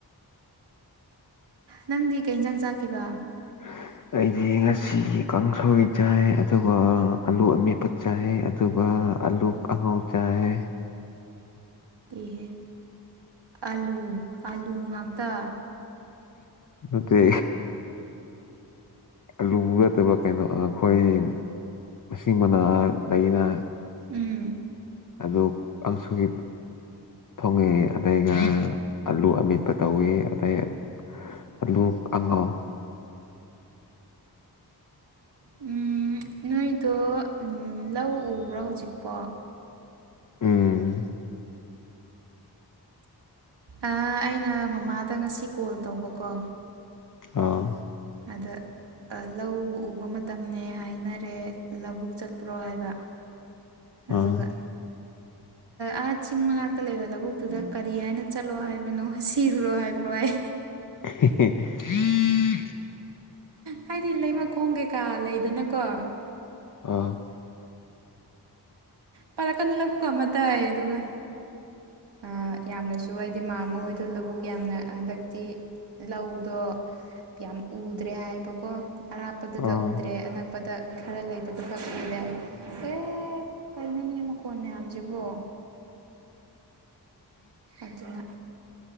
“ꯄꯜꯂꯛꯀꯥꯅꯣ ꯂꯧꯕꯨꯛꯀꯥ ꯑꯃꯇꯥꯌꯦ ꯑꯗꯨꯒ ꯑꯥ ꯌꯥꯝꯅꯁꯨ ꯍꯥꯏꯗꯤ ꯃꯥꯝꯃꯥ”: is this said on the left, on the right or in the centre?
Right